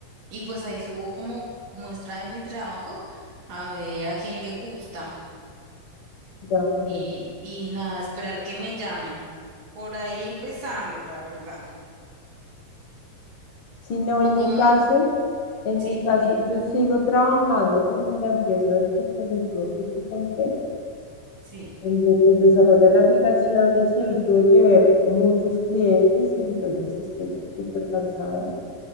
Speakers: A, on the right; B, on the left.
A: y pues ahí subo como muestra de mi trabajo a ver a quién le gusta
B: Claro.
A: y, y nada, esperar que me llamen. Por ahí empezando, la verdad.
B: sino en
A: ¿Tú cómo?
B: mi caso,
A: es?
B: en
A: Sí,
B: mi caso
A: di,
B: yo sigo trabajando con la empresa de tecnología que te conté,
A: sí.
B: donde pues desarrollan aplicaciones y hoy tuve que ver muchos clientes y entonces estoy súper cansada.